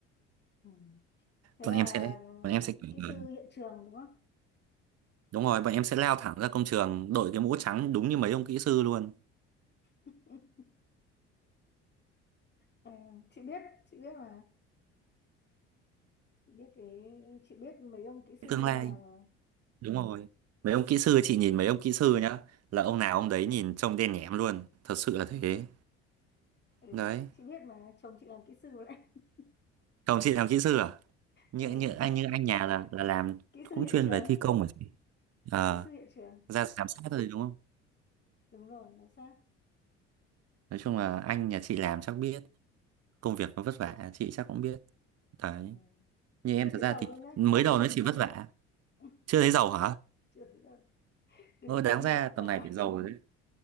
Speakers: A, on the left; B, on the right.
A: Ừ. Thế
B: bọn
A: là
B: em sẽ
A: ừ,
B: bọn em sẽ kiểu
A: kỹ
B: là-
A: sư hiện trường đúng không?
B: đúng rồi bọn em sẽ lao thẳng ra công trường đội cái mũ trắng đúng như mấy ông kỹ sư luôn
A: <laughs> Ờ, chị biết, chị biết mà. Chị biết cái chị biết mấy ông kỹ sư như
B: tương lai
A: nào mà.
B: đúng rồi mấy ông kỹ sư chị nhìn mấy ông kỹ sư nhá là ông nào ông đấy nhìn trông đen nhẻm luôn thật sự là thế
A: Ừ. Ừ.
B: đấy
A: Chị biết mà chồng chị làm kỹ sư đấy. <laughs>
B: chồng chị làm kỹ sư à như
A: Ừ.
B: như anh như anh nhà là là làm
A: Kỹ sư
B: cũng
A: hiện
B: chuyên
A: trường,
B: về thi công hả chị Ờ,
A: kỹ sư hiện trường.
B: ra giám sát thôi đúng không
A: Đúng rồi, giám sát.
B: nói chung là anh nhà chị làm chắc biết công việc nó vất vả chị chắc cũng biết đấy
A: Ừ.
B: như
A: Chưa
B: em
A: thấy
B: thật ra
A: giàu
B: thì
A: đâu nhá,
B: mới
A: chưa thấy
B: đầu nó
A: giàu
B: chỉ vất
A: đâu.
B: vả
A: <laughs>
B: chưa thấy giàu hả
A: Chưa thấy giàu. Đừng
B: ờ, đáng
A: đừng hy
B: ra
A: vọng
B: tầm
A: quá,
B: này phải giàu rồi đấy